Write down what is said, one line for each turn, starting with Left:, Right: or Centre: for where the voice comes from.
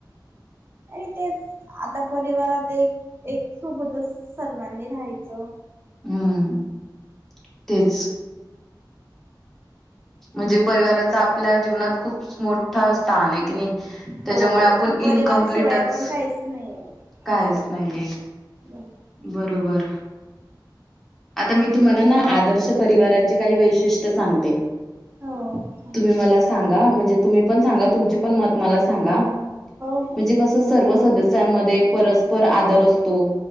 Right: आणि तेच आता परिवारात एक- एक सोबतच सर्वांनी राहायचं.
Centre: हम्म तेच म्हणजे परिवाराचा आपल्या जीवनात खूप मोठं स्थान आहे कीनी त्याच्यामुळे
Right: हो
Centre: आपण
Right: परिवाराशिवाय
Centre: इनकमप्लीटच
Right: आपण काहीच नाही
Centre: काहीच
Right: असं.
Centre: नाहीये.
Right: बरं.
Centre: बरोबर आता मी तुम्हाला ना आदर्श परिवाराचे काही वैशिष्ट्य सांगते?
Right: हो
Centre: तुम्ही मला सांगा म्हणजे तुम्ही पण सांगा तुमचे पण मत मला सांगा? म्हणजे
Right: हो
Centre: कस सर्व सदस्यांमध्ये परस्पर आदर असतो.